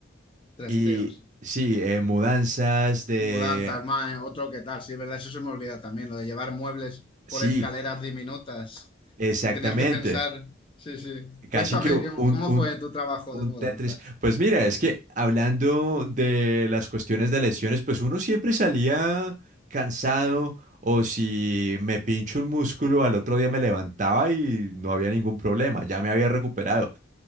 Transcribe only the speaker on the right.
Y sí,
eh, mudanzas de...
Sí,
exactamente.
Casi
que un,
un,
un
Tetris. Pues mira, es que hablando de las cuestiones de lesiones, pues uno siempre salía cansado o si me pincho un músculo, al otro día me levantaba y no había ningún problema, ya me había recuperado.